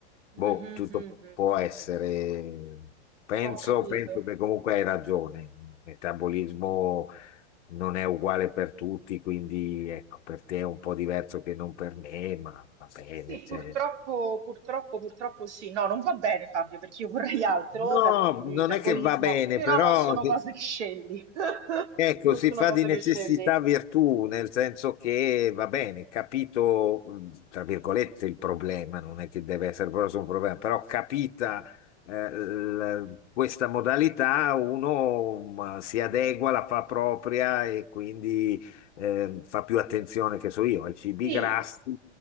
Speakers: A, on the left (about 80°); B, on the right (about 75°).
A: boh,
B: Mhm,
A: tutto
B: mhm.
A: può essere. Penso,
B: Ho capito.
A: penso che comunque hai ragione. Il metabolismo non è uguale per tutti, quindi ecco, per te è un po' diverso che non per me, ma va bene.
B: Sì,
A: cioè.
B: purtroppo, purtroppo, purtroppo sì. No, non va bene Fabio, perché io vorrei altro
A: No,
B: dal mio metabolismo,
A: non è che va bene,
B: però
A: però.
B: non sono cose che scegli. <laughs>
A: Ecco,
B: Non
A: si
B: sono
A: fa
B: cose
A: di necessità
B: che scegli.
A: virtù, nel senso che va bene, capito, mh, tra virgolette, il problema, non è che deve essere proprio solo un problema, però capita eh, l- questa modalità, uno mh, si adegua, la fa propria e quindi eh, fa più attenzione, che so io, ai cibi
B: Sì,
A: grassi